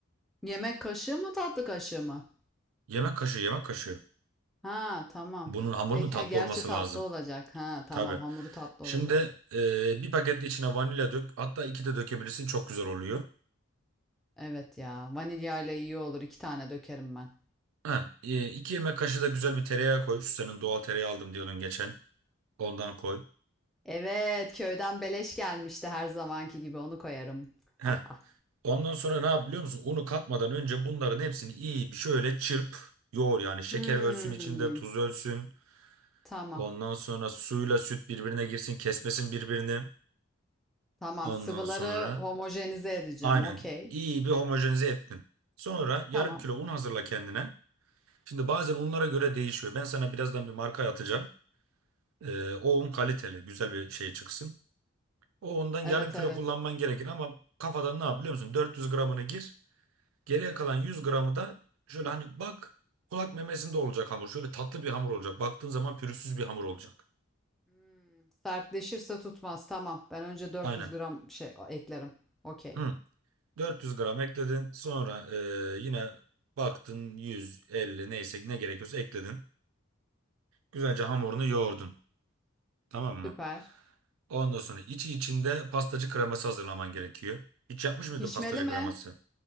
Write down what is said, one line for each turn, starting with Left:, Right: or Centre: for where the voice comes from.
Centre: Yemek kaşığı mı tatlı kaşığı mı?
Right: Yemek kaşığı, yemek kaşığı.
Centre: Ha tamam.
Right: Bunun hamurunun
Centre: Peki
Right: tatlı
Centre: ha gerçi
Right: olması
Centre: tatlı
Right: lazım.
Centre: olacak. Ha tamam
Right: Tabii.
Centre: hamuru tatlı
Right: Şimdi
Centre: olacak.
Right: e, bir paket içine vanilya dök. Hatta iki de dökebilirsin. Çok güzel oluyor.
Centre: Evet ya. Vanilyayla iyi olur. iki tane dökerim ben.
Right: Ha, e, iki yemek kaşığı da güzel bir tereyağı koy. Şu senin doğal tereyağı aldım diyordun geçen. Ondan koy.
Centre: Evet, köyden beleş gelmişti her zamanki gibi. Onu koyarım.
Right: Heh.
Centre: Haha.
Right: Ondan sonra ne yap biliyor musun? Unu katmadan önce bunların hepsini iyi bir şöyle çırp. Yoğur yani. Şeker
Centre: Hmm,
Right: ölsün içinde, tuz ölsün.
Centre: tamam.
Right: Ondan sonra suyla süt birbirine girsin. Kesmesin birbirini.
Centre: Tamam.
Right: Ondan
Centre: Sıvıları
Right: sonra...
Centre: homojenize edeceğim.
Right: Aynen.
Centre: Okey.
Right: İyi bir homojenize ettin. Sonra yarım
Centre: Tamam.
Right: kilo un hazırla kendine. Şimdi bazen unlara göre değişiyor. Ben sana birazdan bir marka atacağım. Ee, o un kaliteli, güzel bir şey çıksın. O undan
Centre: Evet
Right: yarım kilo
Centre: evet.
Right: kullanman gerekir ama kafadan ne yap biliyor musun? 400 gramını gir. Geriye kalan 100 gramı da şöyle hani bak kulak memesinde olacak hamur. Şöyle tatlı bir hamur olacak. Baktığın zaman pürüzsüz bir hamur olacak.
Centre: Hmm, sertleşirse tutmaz. Tamam. Ben önce 400
Right: Aynen.
Centre: gram şey eklerim. Okey.
Right: Hı. 400 gram ekledin. Sonra e, yine baktın 150 neyse ne gerekiyorsa ekledin. Güzelce hamurunu yoğurdun. Tamam mı?
Centre: Süper.
Right: Ondan sonra içi içinde pastacı kreması hazırlaman gerekiyor. Hiç yapmış mıydın
Centre: Pişmeli
Right: pastacı kreması?
Centre: mi?